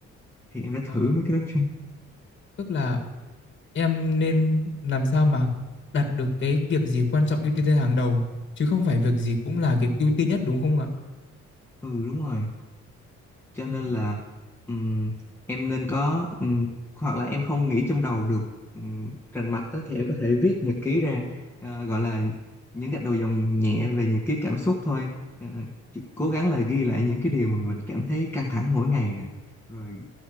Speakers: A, in the centre; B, on the left.
A: thì em đã
B: Ờ,
A: thử mấy cái đó chưa
B: tức là em nên làm sao mà đặt được cái việc gì quan trọng ưu tiên lên hàng đầu chứ không phải việc gì cũng là việc ưu tiên nhất đúng không ạ?
A: ừ đúng rồi cho
B: Ừm,
A: nên là ừm, em nên có ừm, hoặc là em không nghĩ trong đầu được um, rành mạch đó, thì em có thể viết nhật ký ra ờ, gọi là những gạch đầu dòng nhẹ về nhật ký cảm xúc thôi Ờ, chú- cố gắng là ghi lại những cái điều mà mình cảm thấy căng thẳng mỗi ngày nè rồi